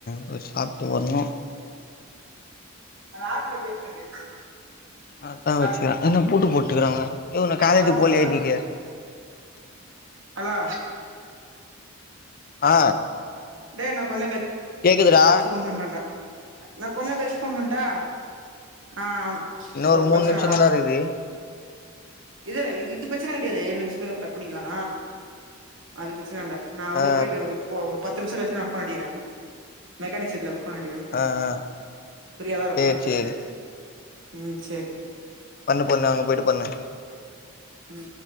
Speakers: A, on the left; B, on the right.
A: போச்சு சாப்ட்டு வர்ன்னு
B: அது ஆப்ல பேசுனது
A: அ தா
B: அந்த
A: வச்சான்
B: ஆப்
A: என்ன பூட்டு போட்டுக்கறாங் யோ நா காலேஜ்
B: நான் வந்து
A: போலயா
B: சொல்றேன்
A: இன்னைக்கு
B: ஹலோ
A: ஆ
B: டே நா கொஞ் நேர கழி
A: கேக்குதுடா
B: ச்சு ஃபோன் பண்றன்டா நா கொஞ்ச நேர கழிச்சு ஃபோன் பண்ட்டா ஆ ஆமா
A: இன்னு
B: அது ஒரு ப்ரச்சனா
A: மூணு நிமிஷ தான்டா இருக்குது
B: இது இது பிரச்சன கெடையாது இது ந கட் பண்ணிக்கலா அது ப்ரச்சன இல்ல நா வந்து
A: ஆ
B: போயிட்டு ப்போ பத் திரிச்சில வெச்சு நா ஃபோன் அடிக்கிறே மெக்கானிக் ஷெட்ல ஃபோன் அடிக்கற இப்ப
A: ஆ ஆ
B: ஃபிரியாதா இருப்ப
A: சேரி சேரி
B: ம் சேர்
A: பண்ணு பண்ணு அங்க போய்ட்டு பண்ணு
B: ம்